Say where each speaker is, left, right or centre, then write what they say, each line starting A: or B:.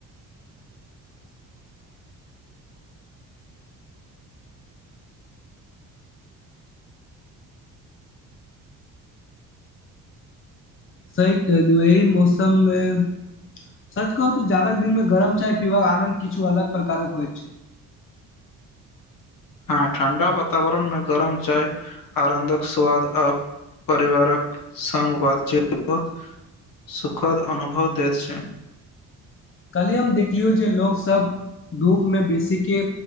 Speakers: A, on the left (about 30°); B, on the left (about 55°).
A: सही कहल एहि मौसम में, सच कहू त जाड़क दिन में गरम चाय पीबाक आनन्द किछु अलग प्रकारक होइ छै।
B: हँ ठण्डा वातावरण में गरम चाय आनन्दक स्वाद आ परिवारक सङ्ग बातचीत बहुत सुखद अनुभव दैत छै।
A: कल्हि हम देखलियौ जे लोकसभ धूपमे बेसीके